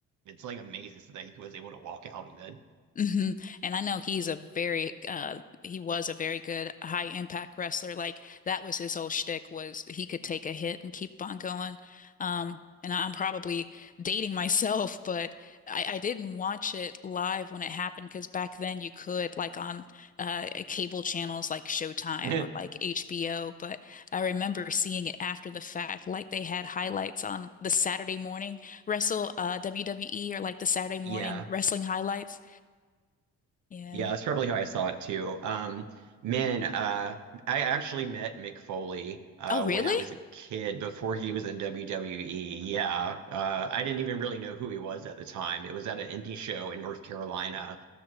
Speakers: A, on the right; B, on the left.
A: It's like amazing that he was able to walk out even.
B: hmm And I know he's a very uh he was a very good high impact wrestler. Like that was his whole shtick was he could take a hit and keep on going. Um and I'm probably dating myself, <laughs> but I, I didn't watch it live when it happened because back then you could like on uh cable channels like Showtime
A: <laughs>
B: or like HBO, but I remember seeing it after the fact, like they had highlights on the Saturday morning wrestle uh WWE or like the Saturday morning
A: Yeah.
B: wrestling highlights. Yeah.
A: Yeah, that's probably how I saw it too. Um, man, uh, I actually met Mick Foley uh,
B: Oh, really?
A: when I was a kid before he was in WWE. Yeah, uh, I didn't even really know who he was at the time. It was at an indie show in North Carolina,